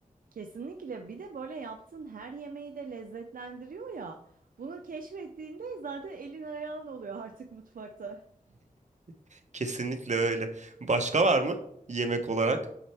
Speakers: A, on the right; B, on the right.
A: Kesinlikle. Bir de böyle yaptığın her yemeği de lezzetlendiriyor ya. Bunu keşfettiğinde zaten elin ayağın oluyor artık mutfakta.
B: <laughs> Kesinlikle öyle. Başka var mı yemek olarak?